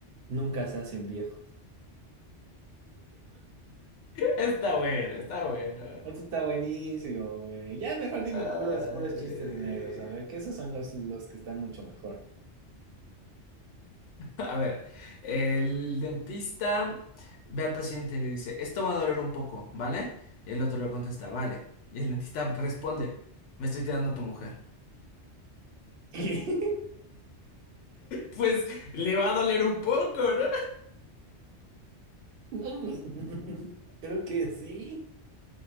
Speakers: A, on the right; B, on the left.
A: Nunca se hacen viejos.
B: Está bueno, está bueno.
A: Esto está buenísimo, güey. Ya mejor dime
B: Ay.
A: puros, puros chistes negros. A ver, que esos son los, los que están mucho mejor.
B: A ver, el dentista ve al paciente y le dice, esto va a doler un poco, ¿vale? Y el otro le contesta, vale. Y el dentista responde, me estoy tirando a tu mujer.
A: <laughs> ¿Qué?
B: Pues le va a doler un poco, ¿no?
A: No, pues, <laughs> creo que sí.